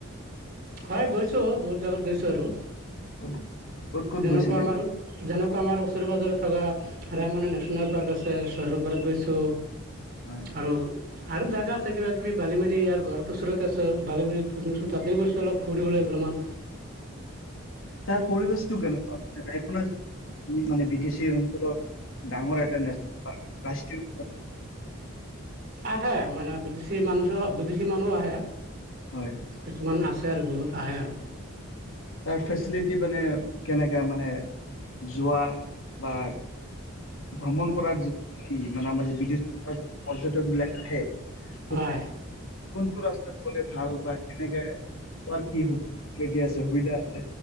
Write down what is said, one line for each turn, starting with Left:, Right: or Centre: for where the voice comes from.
Right: হয়, গৈছো বহুত জাগাত গৈছো আৰু।
Left: ক'ত ক'ত ক'ত
Right: যেনেকুৱা
Left: গৈছিলে?
Right: আমাৰ, যেনেকুৱা আমাৰ ওচৰে পাজৰে থকা ৰায় মানে নেশ্যনেল পাৰ্ক আছ ছে চৰল পাৰাত গৈছোঁ,
Left: হয়,
Right: আৰু আৰু জেগা আছে কিবা কিবি বালিমাৰি ইয়াৰ ঘৰত ওচৰতে আছে, বালিমাৰিত <unintelligible> গৈছো তাতে গৈছো অলপ ফুৰিবলৈ ভ্ৰমণ।
Left: তাৰ পৰিৱেশটো কেনেকুৱা? <unintelligible> মানে বি টি চি অঞ্চলত, ডাঙৰ এটা নেশ্যনেল পাৰ্ক ৰাষ্ট্ৰীয় উদ্যান
Right: আহে, মানে বিদেশী মানুচো মানুহো বিদেশী মানুহ আহে।
Left: হয়,
Right: কিছুমান আছ ছে আৰু বহুত আহে আৰু।
Left: তাৰ ফেচিলিটি মানে কেনেকা, মানে যোৱা বা ভ্ৰমণ কৰাৰ যিটো <unintelligible> মানে আমাৰ যে বিদেশী পৰ্যটক বিলাক আহে। <unintelligible>
Right: হয়
Left: কোনটো ৰাষ্ গলে ভাল বা কেনেকে <unintelligible> সুবিধা আছে,